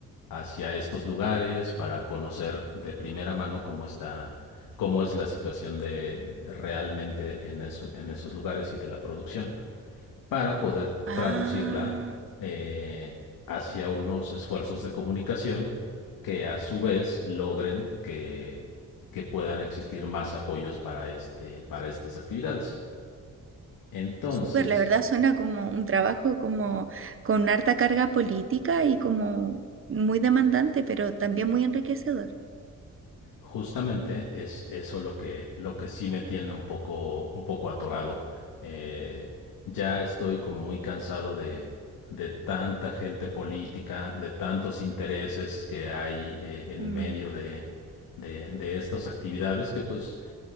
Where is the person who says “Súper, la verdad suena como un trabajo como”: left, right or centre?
Right